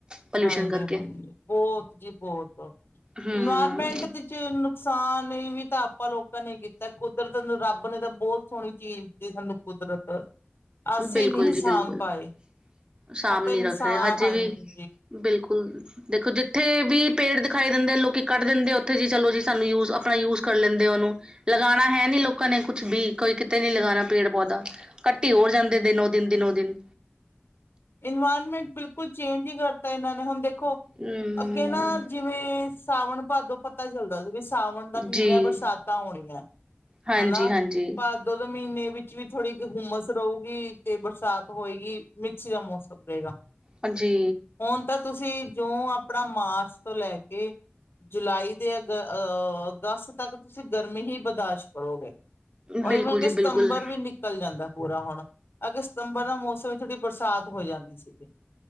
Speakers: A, on the right (about 25°); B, on the left (about 70°).
A: ਪੋਲਿਊਸ਼ਨ
B: ਹਾਂਜੀ-
A: ਕਰਕੇ।
B: ਹਾਂਜੀ, ਬਹੁਤ ਜੀ ਬਹੁਤ।
A: ਹੂੰ।
B: ਇਨਵਾਇਰਮੈਂਟ ਦੇ 'ਚ ਨੁਕਸਾਨ ਵੀ। ਤਾਂ ਆਪਾਂ ਲੋਕਾਂ ਨੇ ਕੀਤਾ ਕੁਦਰਤ ਰੱਬ ਨੇ ਤਾਂ ਬਹੁਤ ਸੋਹਣੀ ਚੀਜ਼ ਦਿੱਤੀ ਸਾਨੂੰ ਕੁਦਰਤ ਅਸੀਂ
A: ਬਿਲਕੁਲ
B: ਨਹੀਂ
A: ਜੀ
B: ਸਾਂਭ
A: ਬਿਲਕੁਲ।
B: ਪਾਏ,
A: ਸ਼ਾਮ
B: ਆਪਾਂ
A: ਨੀ
B: ਇਨਸਾਨ
A: ਰੱਖ ਰਹੇ ਹਜੇ
B: ਹਾਂਜੀ,
A: ਵੀ ਬਿਲਕੁਲ, ਦੇਖੋ ਜਿੱਥੇ ਵੀ ਪੇੜ ਦਿਖਾਈ, ਦਿੰਦੇ ਲੋਕੀ ਕੱਢ ਦਿੰਦੇ ਉੱਥੇ ਜੀ ਚਲੋ ਜੀ ਸਾਨੂੰ ਯੂਜ ਆਪਣਾ ਯੂਜ ਕਰ ਲੈਂਦੇ। ਉਹਨੂੰ ਲਗਾਉਣਾ ਹੈ ਨੀ ਲੋਕਾਂ ਨੇ ਕੁੱਛ ਵੀ ਕੋਈ ਕਿਤੇ ਨੀ ਲਗਾਉਣਾ ਪੇੜ ਪੌਦਾ ਕੱਟੀ ਹੋਰ ਜਾਂਦੇ ਨੇ ਦਿਨ ਔ ਦਿਨ
B: ਇਨਵਾਇਰਮੈਂਟ ਬਿਲਕੁਲ ਚੇਂਜ ਹੀ ਕਰਤਾ ਇਹਨਾਂ ਨੇ ਹੁਣ ਦੇਖੋ
A: ਹਮ
B: ਅੱਗੇ ਨਾ ਜਿਵੇਂ ਸਾਵਣ ਭਾਦੋ ਪਤਾ ਚੱਲਦਾ ਸੀ ਵੀ ਸਾਵਣ ਦਾ ਮਹੀਨਾ
A: ਜੀ
B: ਬਰਸਾਤਾਂ ਹੋਣੀਆਂ।
A: ਹਾਂਜੀ
B: ਹੈਨਾ,
A: ਹਾਂਜੀ
B: ਭਾਦੋ ਮਹੀਨੇ ਵਿੱਚ ਵੀ ਥੋੜ੍ਹੀ। ਘੁੰਮਸ ਰਹੇਗੀ ਤੇ ਬਰਸਾਤ ਹੋਏਗੀ ਮਿਕਸ ਜਿਹਾ ਮੌਸਮ ਰਹੇਗਾ
A: ਹਾਂਜੀ,
B: ਹੁਣ ਤਾਂ ਤੁਸੀਂ ਜੋ ਆਪਣਾ ਮਾਰਚ ਤੋਂ ਲੈ ਕੇ, ਜੁਲਾਈ ਤੇ ਅਗ ਅਹ ਅਗਸਤ ਤੱਕ ਤੁਸੀਂ ਗਰਮੀ ਹੀ ਬਰਦਾਸ਼ਤ ਕਰੋਗੇ। ਉਹ
A: ਬਿਲਕੁਲ
B: ਈਵਨ ਕਿ
A: ਜੀ
B: ਸਤੰਬਰ
A: ਬਿਲਕੁਲ
B: ਵੀ ਨਿਕਲ ਜਾਂਦਾ ਪੂਰਾ ਹੁਣ ਅਗੇ ਸਤੰਬਰ ਦਾ ਮੌਸਮ ਥੋੜੀ ਹੋ ਜਾਂਦੀ ਸੀਗੀ।